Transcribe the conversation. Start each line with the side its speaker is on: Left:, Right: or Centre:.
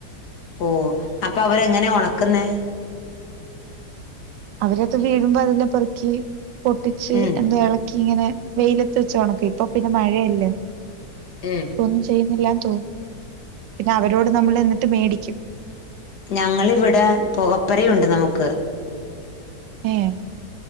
Left: ഓ അപ്പ അവരെങ്ങനെ ഒണക്ക്ന്നെ
Right: അവരത് വീഴുമ്പ അതെല്ലാം പെറുക്കി പൊട്ടിച്ച്
Left: ഉം
Right: എന്താ എളക്കി ഇങ്ങനെ വെെലത്ത് വെച്ച് ഒണക്കി ഇപ്പൊ പിന്നെ മഴയല്ലേ
Left: ഉം
Right: ഒന്നും ചെയ്യ്ന്നില്ലാന്ന് തോനുന്നു പിന്നഅവരോട് നമ്മള് എന്ന്ട്ട് മേടിക്കും
Left: ഞങ്ങള് ഇവടെ പൊകപ്പെരയുണ്ട് നമുക്ക്
Right: ഏഹ്